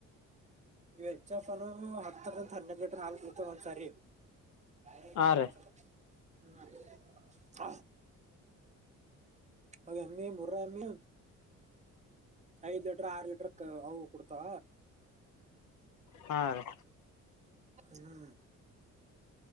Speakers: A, on the right; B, on the left.
A: ವೆಚ್ಚಪ್ಪನು ಹತ್ತಂತ ಹನ್ನಕ ಲೀಟ್ರ ಹಾಲ್ ಇತ ಒಂದ ಸರಿ ಹ
B: ಹಾ ರೀ
A: ಹ್ಮ ಹ ಹಾಗ ಅಮ್ಮಿ ಮುರ್ರ ಅಮ್ಮಿ ಐದ್ ಲಿಟರ್ ಆರು ಲೀಟರ್ ಹೌ ಕೊತಾ
B: ಹಾ ರೀ
A: ಹ್ಮ್